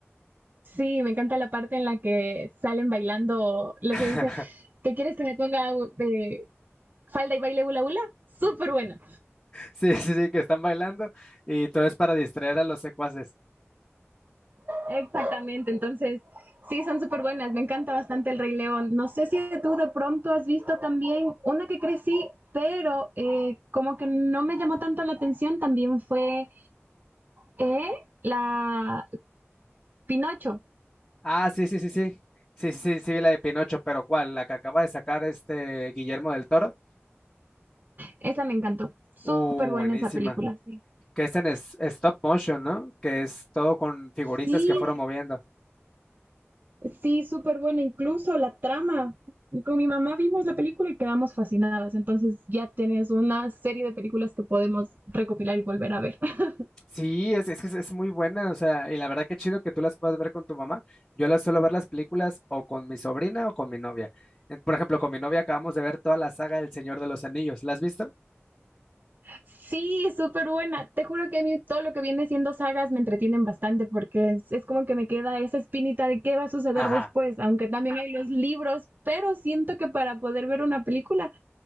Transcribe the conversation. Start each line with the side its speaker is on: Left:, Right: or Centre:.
Right: Sí, me encanta la parte en la que salen bailando lo
Left: <laughs>
Right: que dice, ¿qué quieres que me ponga de falda y baile hula hula? Súper buena.
Left: Sí, sí, sí, que están bailando y todo es para distraer a los secuaces.
Right: Exactamente, entonces sí, son súper buenas. Me encanta bastante El Rey León. No sé si tú de pronto has visto también una que crecí, pero eh, como que no me llamó tanto la atención, también fue eh, la Pinocho.
Left: Ah, sí, sí, sí, sí. Sí, sí, sí, sí, vi la de Pinocho, pero ¿cuál? La que acaba de sacar este Guillermo del Toro.
Right: Esa me encantó. Súper
Left: Uh,
Right: buena
Left: buenísima.
Right: esa película, sí.
Left: Que es en es- stop motion, ¿no? Que es todo con figuritas
Right: Sí,
Left: que fueron moviendo.
Right: Sí, súper buena, incluso la trama. Con mi mamá vimos la película y quedamos fascinadas, entonces ya tienes una serie de películas que podemos recopilar y volver a ver. <laughs>
Left: Sí, es, es que es, es muy buena, o sea, y la verdad que chido que tú las puedas ver con tu mamá. Yo las suelo ver las películas o con mi sobrina o con mi novia. En- Por ejemplo, con mi novia acabamos de ver toda la saga El Señor de los Anillos. ¿La has visto?
Right: Sí, súper buena. Te juro que a mí todo lo que viene siendo sagas me entretienen bastante porque es, es como que me queda esa espinita de qué va a suceder
Left: Ajá.
Right: después, aunque también hay los libros, pero siento que para poder ver una película,